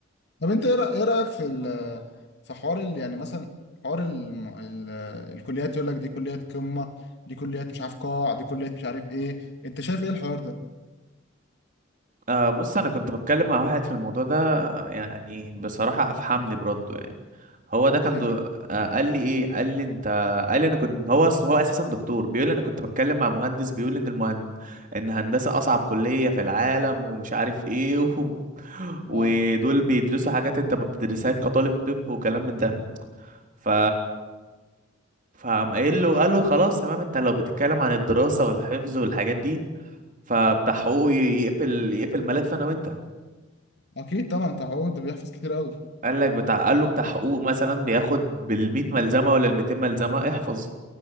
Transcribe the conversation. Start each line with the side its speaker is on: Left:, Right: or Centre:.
Left: طب انت ايه رأ- إيه رايك في ال- في حوار ال- يعني مثلا حوار ال ال الكليات يقول لك دي كليات قمه دي كليات مش عارف قاع دي كليات مش عارف ايه انت شايف ايه الحوار ده
Right: آه بص انا كنت بتكلم مع واحد في الموضوع ده يعني بصراحة افحمني برده يعني هو ده
Left: ازاي
Right: كان دو... آه قال لي ايه قال لي انت قال لي انا كنت هو أص- هو اساسا دكتور بيقول لي انا كنت بتكلم مع مهندس بيقول ان المهند... ان هندسة اصعب كلية في العالم ومش عارف ايه <laughs> و... ودول
Left: اه
Right: بيدرسوا حاجات انت ما بتدرسهاش كطالب طب وكلام من ده ف فقام قايل له قال له خلاص تمام انت لو بتتكلم عن الدراسة والحفظ والحاجات دي فبتاع حقوق يقفل يقفل ملف انا وانت
Left: اكيد طبعا تعود بيحفظ كتير قوي
Right: قال لك بتاع قال له بتاع حقوق مثلا بياخد بالمية ملزمة ولا الميتين ملزمة احفظ